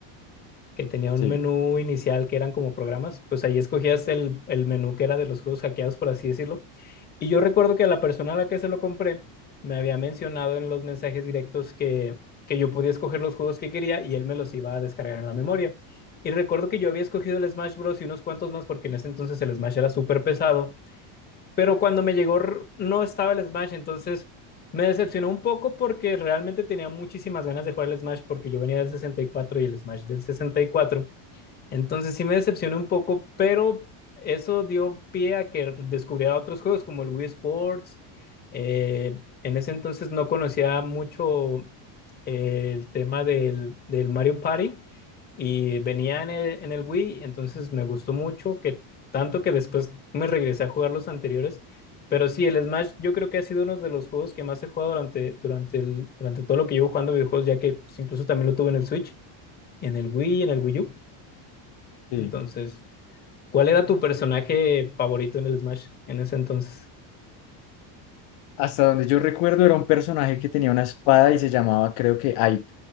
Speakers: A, on the left (about 20°); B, on the left (about 60°).
A: que tenía un
B: Sí,
A: menú inicial que eran como programas, pues ahí escogías el, el menú que era de los juegos hackeados, por así decirlo. Y yo recuerdo que la persona a la que se lo compré me había mencionado en los mensajes directos que, que yo podía escoger los juegos que quería y él me los iba a descargar en la memoria. Y recuerdo que yo había escogido el Smash Bros. y unos cuantos más porque en ese entonces el Smash era súper pesado, pero cuando me llegó no estaba el Smash, entonces me decepcionó un poco porque realmente tenía muchísimas ganas de jugar el Smash porque yo venía del 64 y cuatro y el Smash del 64 entonces sí me decepcioné un poco, pero eso dio pie a que descubriera otros juegos como el Wii Sports. Eh, en ese entonces no conocía mucho el tema del, del Mario Party y venía en el, en el Wii, entonces me gustó mucho, que tanto que después me regresé a jugar los anteriores. Pero sí, el Smash yo creo que ha sido uno de los juegos que más he jugado durante, durante, el, durante todo lo que llevo jugando videojuegos, ya que pues, incluso también lo tuve en el Switch, en el Wii, en el Wii U.
B: sí.
A: Entonces, ¿cuál era tu personaje favorito en el Smash en ese entonces?
B: Hasta donde yo recuerdo era un personaje que tenía una espada y se llamaba, creo que Aip.